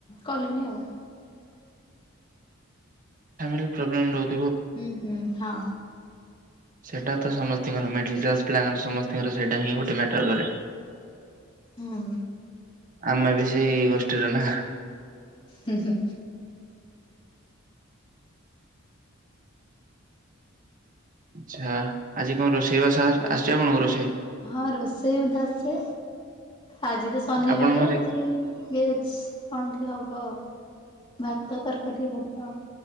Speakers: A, on the left; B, on the right.
A: କଲିନି ଆଉ।
B: ଫ୍ୟାମିଲି ପ୍ରୋବ୍ଲେମ୍ ରହୁଛି।
A: ହୁଁ ହୁଁ ହଁ।
B: ସେଟା ତ ସମସ୍ତଙ୍କର ମିଡିଲ କ୍ଲାସ ପିଲାଙ୍କର ସମସ୍ତଙ୍କର ସେଇଟା ହିଁ ଗୋଟେ ମ୍ୟାଟର କରେ।
A: ହୁଁ।
B: ଆମେ ବି ସେଇ ଗୋଷ୍ଠୀର ନା?
A: ହୁଁ ହୁଁ।
B: ଆଚ୍ଛା ଆଜି କଣ ରୋଷେଇ ବାସ ଆସିଛି ଆପଣଙ୍କୁ ରୋଷେଇ?
A: ହଁ ରୋଷେଇ ମୋତେ ଆସେ। ଆଜି ତ ଶନିବାର
B: ଆପଣଙ୍କ ଘରେ
A: ଆଜି ଭେଜ କଣ ଟିକେ ହବ ଆଉ। ଭାତ ତରକାରୀ ହବ ଆଉ।